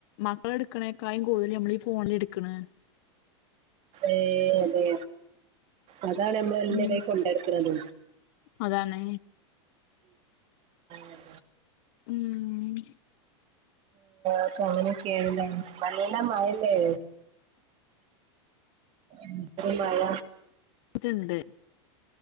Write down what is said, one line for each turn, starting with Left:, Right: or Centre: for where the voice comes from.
Left: മക്കള എടുക്കണേക്കായും കൂടുതൽ നമ്മൾീഈ ഫോണില എടുക്കണ
Right: ഏ അതെ അതാണ് നമ്മൾ എല്ല
Left: ഉം
Right: കൈ കൊണ്ട എടുക്കുന്നത്
Left: അതാണ്
Right: ആ.
Left: ഉം
Right: ഉക്കെ അങ്ങനെയൊക്കെയല്ല നല്ല മഴല്ലേ എന്തോരു മഴ
Left: ണ്ട്